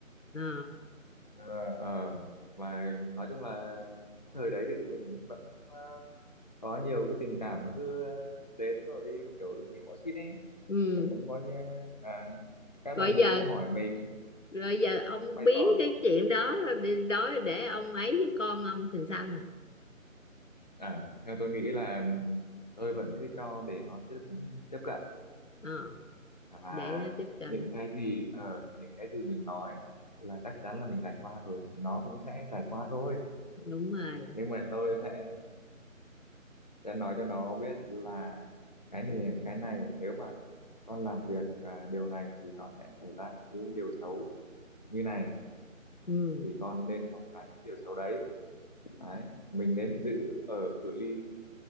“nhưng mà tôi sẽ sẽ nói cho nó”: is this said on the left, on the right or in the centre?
Left